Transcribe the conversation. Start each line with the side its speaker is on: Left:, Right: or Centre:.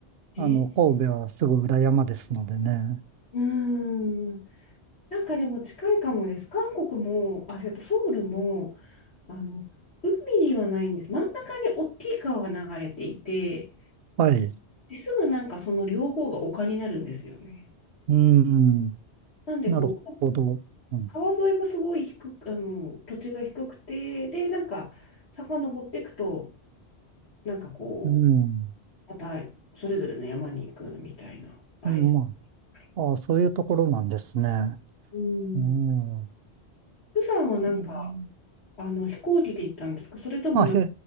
Left: え、
Right: あの、神戸はすぐ裏山ですのでね。
Left: うーん。なんかでも近いかもです。韓国も、あ、違った、ソウルも、あの、海にはないんです。真ん中に大きい川が流れていて、
Right: はい。
Left: ですぐなんかその両方が丘になるんですよね。
Right: うん、
Left: なんでこう
Right: なるほど。うん、
Left: 川沿いもすごい低く、あの、土地が低くて、で、なんか、遡っていくと、なんかこう、
Right: うん、
Left: またそれぞれの山に行くみたいな間に
Right: うんま
Left: あり
Right: あああ、そういうところなんですね。
Left: うん。
Right: うん。う
Left: 釜山はなんか、
Right: ん。
Left: あの、飛行機で行ったんですかそれともなんか、
Right: まあ、ひ